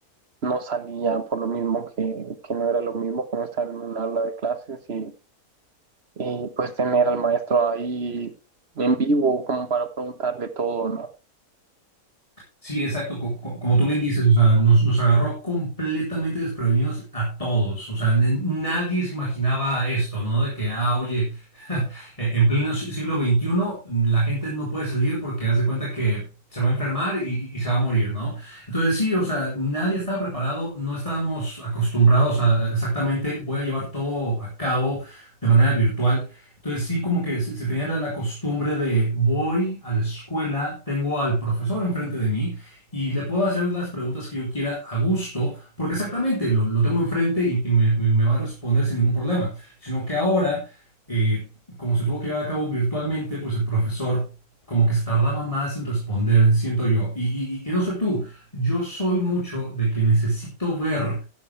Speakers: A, on the right; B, on the left.
A: no salía por lo mismo que, que no era lo mismo como estar en un aula de clases y, y pues tener al maestro ahí en vivo como para preguntarle todo, ¿no?
B: Sí, exacto. co- co- Como tú bien dices, o sea, nos, nos agarró completamente desprevenidos a todos. O sea, n- nadie se imaginaba esto, ¿no? De que, ah, oye, <laughs> eh, en pleno si- siglo XXI la gente no puede salir porque haz de cuenta que se va a enfermar y, y se va a morir, ¿no? Entonces sí, o sea, nadie estaba preparado, no estábamos acostumbrados a a exactamente, voy a llevar todo a cabo de manera virtual. Entonces sí, como que se, se tenía la, la costumbre de voy a la escuela, tengo al profesor enfrente de mí y le puedo hacer las preguntas que yo quiera a gusto, porque exactamente lo, lo tengo enfrente y, y me, y me va a responder sin ningún problema. Sino que ahora, eh, como se tuvo que llevar a cabo virtualmente, pues el profesor como que se tardaba más en responder, siento yo. Y, y y- y no sé tú, yo soy mucho de que necesito ver